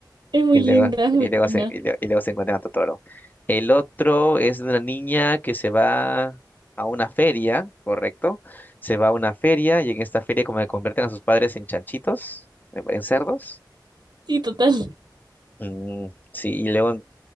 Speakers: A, on the right; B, on the left.
A: es muy
B: Y
A: linda,
B: luego,
A: es muy
B: y
A: tierna.
B: luego se, y luego, y luego se encuentran a Totoro. El otro es de una niña que se va a una feria, ¿correcto? Se va a una feria y en esta feria como que convierten a sus padres en chanchitos, en cerdos.
A: Sí, total.
B: Mm, sí, y luego en-